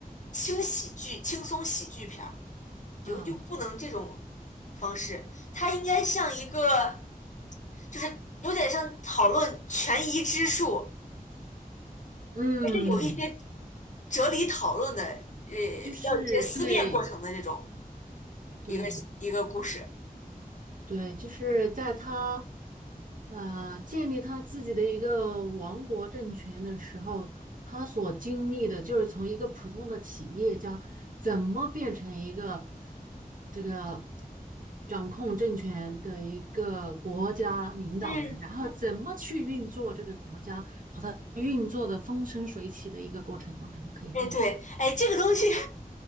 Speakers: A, on the left (about 55°); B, on the right (about 60°).
A: 轻喜剧、轻松喜剧片儿。就就不能这种
B: 嗯
A: 方式，它应该像一个，就是有点像讨论权宜之术，
B: 嗯，
A: 是有一些哲理讨论的，呃，
B: 就是对
A: 要有一些思辨过程的这种
B: 对，
A: 一个一个故事。
B: 对，就是在他呃建立他自己的一个王国政权的时候，他所经历的就是从一个普通的企业家怎么变成一个这个掌控政权的一个国家领导人，
A: 嗯，
B: 然后怎么去运作这个国家，把它运作的风生水起的一个过程，我感觉可以这样子，
A: 哎对，哎这个东西，